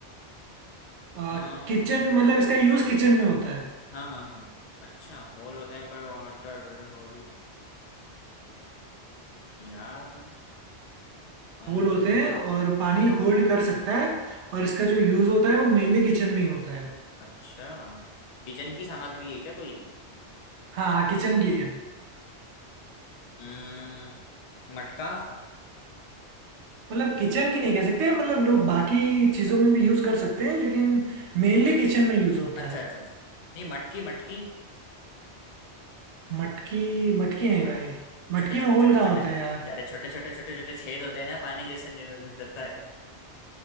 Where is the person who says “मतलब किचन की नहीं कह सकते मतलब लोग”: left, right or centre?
Right